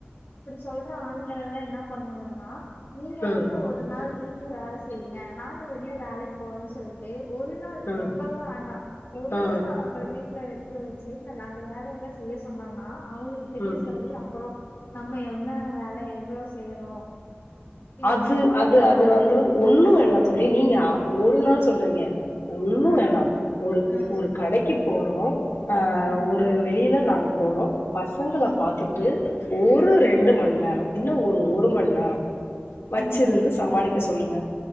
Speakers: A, on the left; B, on the left.
A: இப்பிடி சொல்ற ஆண்களெல்லா என்ன பண்ணனுனா நீங்க
B: ம்
A: வந்ட்டு ஒரு நாள் வீட்ல வேல செய்ங்க நாங்க வெளிய வேலைக் போறோன் சொல்ட்டு ஒரு நாள்
B: ம்
A: ரொம்பல்லா வேண்டா ஒரு
B: ம்
A: நா அவங்கள வீட் ல இருக்க வெச்சு நம் அந்த வேலையெல்லா செய்ய சொன்னம்ன்னா அவுங்களுக்கு தெரியு
B: ம்
A: ஸ் தோழி அப்பறோ நம்ம என்னென்ன வேல எவ்வளவ் செய்யறோ இவங்க
B: அது
A: சும்மா
B: அது
A: இல்ல
B: அது வந்து
A: அப்டின்
B: ஒன்னு வேண்டா
A: சொல்ட்டு
B: தோழி நீங்க அ ஒரு நாள் சொல்றீங்க ஒன்னு
A: ஆ
B: வேணா ஒரு
A: ஆ
B: ஒரு கடைக்கு போறோ அ
A: ஆ
B: ஒரு வெளியில நாங்க போறோ பசங்கள
A: ம்
B: பாத்துட்டு ஒரு
A: ம்
B: ரெண்டு மண் நேரோ இல்ல ஒரு ஒரு மண்
A: ம்
B: நேரோ வச்சிருந்து
A: ம்
B: சமாளிக்க சொல்லுங்க